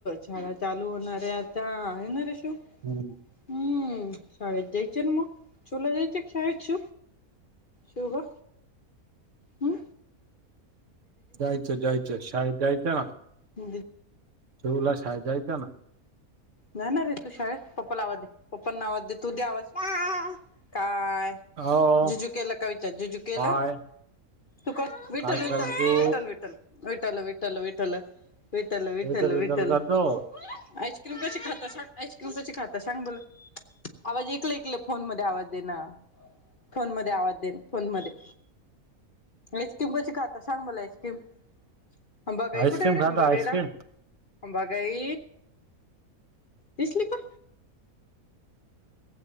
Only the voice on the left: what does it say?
शाळा चालू होणारे आता आहेणार रे शू
हम् शाळे जाईच मग चला जाईचे शाळेच शिवबा हां
ह.
नाही ना रे तू शाळेत पप्पा आवाज दे पप्पना आवाज दे तू द्या आवास काय
झुजु केला काय विचार झुजु केला
तू का विठल
विठल
विठल विठल विठल विठल विठल विठल
विठल विठल
आईस्क्रीम कशी खाता सां आईस्क्रीम कशी खाता सांग बोला आवाज ऐकल ऐकलं फोन मध्ये आवाज दे ना फोन मध्ये आवाज देन फोन मध्ये आईस्क्रीम कशी खात सांग मला आईस्क्रीम हंबागाई
कुठे रे
हंबागयला
अंबाबाई दिसली का